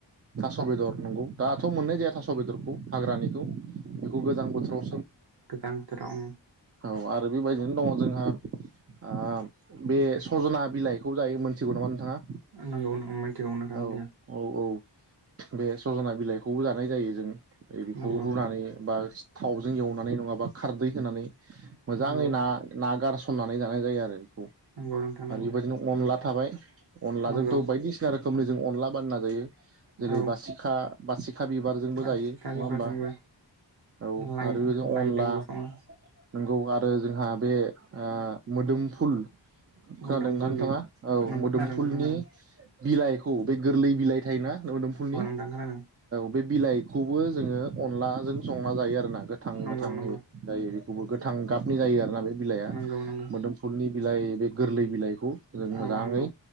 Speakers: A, on the right; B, on the right.
A: थास' बेदर नंगौ दाथ मोननाय जाया थास' बेदरखौ हाग्रानिखौ बेखौ गोजां बोथोराव
B: गोजांबोथोराव उम।
A: औ आरो बेबायदिनो दङ जोंहा ओ बे सज'ना बिलाइखौ जायो मोनथिगौ नामा नोंथाङा
B: नंगौ ओं मिथिगौ नोथां
A: औ
B: मिथिगौ।
A: औ औ बे सज'ना बिलाइखौबो जानाय जायो जों बे-बेखौ
B: नंगौ
A: रुनानै बा थावजों एवनानै नङाबा खारदै होनानै मोजाङै
B: नंगौ
A: ना-ना गारस सननानै जानाय जायो आरो बेखौ
B: नंगौ नोंथां नंगौ
A: आरो बेबायदिनो अनला थाबाय अनलाजोंथ'
B: नंगौ
A: बायदिसिना रो खोमनि जों अनला बानायना जायो जेरै
B: औ
A: बासि खा बासिखा बिबारजोंबो
B: बासिखा
A: जायो नङा
B: बिबारजोंबो
A: होमबा। औ
B: लाइ
A: आरो बेबायदि
B: लाइजोंबो
A: अनला
B: सङो
A: नंगौ आरो जोंहा बे ओ मोदोमफुल खोनादों
B: मोदोमफुल
A: ना नोंथाङा
B: बि
A: औ
B: नों
A: मोदोमफुलनि
B: खोनादों नों खोनादों
A: बिलाइखौ बे गोरलै बिलाइ थायोना मोदोमफुनि
B: <unintelligible>
A: बे बिलाइखौबो जोङो अनलाजों संना जायो आरोना गोथां-गोथाङै
B: नंगौ नंगौ
A: जायो। बे खौबो गोथां गाबनि जायो आरोना बे बिलाइआ
B: नंगौ नंगौ
A: मोदोमफुलनि बिलाइ बे गोरलै बिलाइखौ जों
B: औ
A: मोजाङै
B: नंगौ